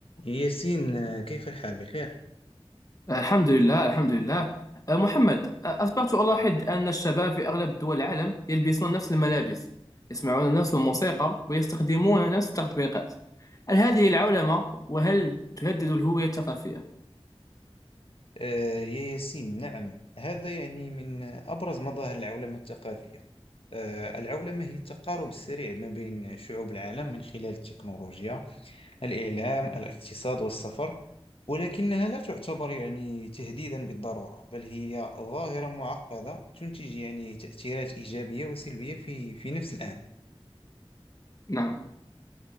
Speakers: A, on the left; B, on the left.
A: يا ياسين آه، كيف الحال بخير؟
B: الحمد لله الحمد لله آه، محمد آه، أصبحت ألاحظ أن الشباب في أغلب دول العالم يلبسون نفس الملابس يسمعون نفس الموسيقى ويستخدمون نفس التطبيقات هل هذه العولمة وهل تهدد الهوية الثقافية؟
A: آه، يا ياسين نعم هذا يعني من أبرز مظاهر العولمة الثقافية آه، العولمة هي التقارب السريع ما بين شعوب العالم من خلال التكنولوجيا الإعلام الاقتصاد والسفر ولكنها لا تعتبر يعني تهديدا بالضرورة بل هي ظاهرة معقدة تنتج يعني تأثيرات إيجابية وسلبية في في نفس الآن
B: نعم